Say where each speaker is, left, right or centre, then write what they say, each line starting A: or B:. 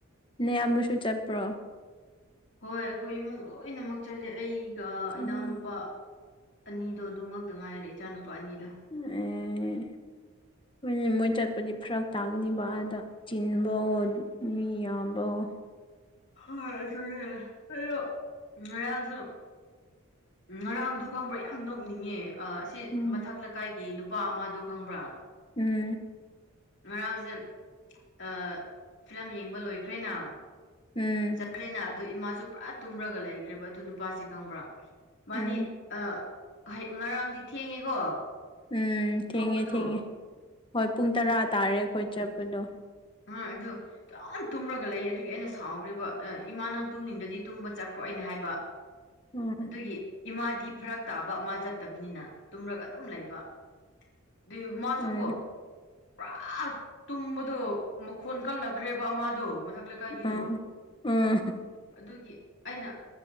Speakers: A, on the left; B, on the left.
A: ꯅꯌꯥꯝꯕꯁꯨ ꯆꯠꯄ꯭ꯔꯣ
B: ꯍꯣꯏ ꯑꯩꯈꯣꯏ ꯏꯃꯨꯡ ꯂꯣꯏꯅꯃꯛ ꯆꯠꯂꯦ ꯑꯩꯒ
A: ꯎꯝ
B: ꯏꯅꯥꯎꯅꯨꯄꯥ__ ꯑꯅꯤꯗꯣ ꯑꯗꯨ ꯉꯥꯛꯇ ꯉꯥꯏꯔꯦ ꯏꯆꯥꯅꯨꯄꯥ ꯑꯅꯤꯗꯣ
A: <unintelligible> ꯃꯣꯏ ꯆꯠꯄꯗꯤ ꯐꯔꯛ ꯇꯥꯒꯅꯤꯕ ꯑꯥꯗ ꯆꯤꯟꯕ꯭ꯔꯣ ꯃꯤ ꯌꯥꯝꯕꯑꯣ
B: ꯍꯣꯏ ꯑꯗꯨꯅꯦ ꯑꯩꯗꯣ ꯉꯔꯥꯡꯁꯨ ꯉꯔꯥꯡꯗꯨ ꯈꯪꯕ꯭ꯔꯥ ꯌꯥꯝ ꯅꯣꯛꯅꯤꯡꯉꯦ ꯑ ꯑꯁꯤ
A: ꯎꯝ
B: ꯃꯊꯛ ꯂꯩꯀꯥꯏꯒꯤ ꯅꯨꯄꯥ ꯑꯃꯗꯣ ꯈꯪꯕ꯭ꯔꯥ
A: ꯎꯝ
B: ꯉꯔꯥꯡꯁꯦ ꯑꯥ ꯐꯤꯂꯝ ꯌꯦꯡꯕ ꯂꯣꯏꯈ꯭ꯔꯦꯅ
A: ꯎꯝ
B: ꯐ꯭ꯔꯦꯅ ꯑꯗꯨ ꯏꯃꯥꯁꯨ ꯄꯨꯔꯥ ꯇꯨꯝꯔꯒ ꯂꯩꯈ꯭ꯔꯦꯕ ꯑꯗꯨ ꯅꯨꯄꯥꯁꯦ ꯈꯪꯕ꯭ꯔꯥ ꯃꯥꯅꯤ
A: ꯎꯝ
B: ꯑ ꯉꯔꯥꯡꯗꯤ ꯊꯦꯡꯉꯦꯀꯣ
A: ꯎꯝ ꯊꯦꯡꯉꯦ
B: ꯊꯣꯛꯄꯗꯨ
A: ꯊꯦꯡꯉꯦ ꯍꯣꯏ ꯄꯨꯡ ꯇꯔꯥ ꯇꯥꯔꯦ ꯑꯩꯈꯣꯏ ꯆꯠꯄꯗꯣ
B: ꯍꫭꯏ ꯑꯗꯨ ꯑꯗꯝ ꯇꯨꯝꯃꯒ ꯂꯩ ꯑꯗꯨꯒꯤ ꯑꯩꯅ ꯁꯥꯎꯈ꯭ꯦꯔꯤꯕ ꯑ ꯏꯃꯥ ꯅꯪ ꯇꯨꯝꯅꯤꯡꯗꯗꯤ ꯇꯨꯝꯕ ꯆꯠꯈ꯭ꯔꯣ ꯑꯩꯅ ꯍꯥꯏꯕ
A: <unintelligible>
B: ꯑꯗꯨꯒꯤ ꯏꯃꯥꯗꯤ ꯐꯔꯛ ꯇꯥꯕ ꯃꯥ ꯆꯠꯇꯕꯅꯤꯅ ꯇꯨꯝꯔꯒ ꯑꯗꯨꯝ ꯂꯩꯕ ꯗꯨꯏ ꯃꯥꯁꯨ
A: ꯎꯝ
B: ꯑꯃꯨꯛ ꯄꯨꯔꯥ ꯇꯨꯝꯕꯗꯣ ꯃꯈꯣꯟ ꯀꯜꯂꯛꯈ꯭ꯔꯦꯕ ꯑꯃꯗꯣ ꯃꯊꯛ ꯂꯩꯀꯥꯏꯒꯤꯗꯣ
A: ꯑꯥ ꯎꯝ
B: ꯑꯗꯨꯒꯤ ꯑꯩꯅ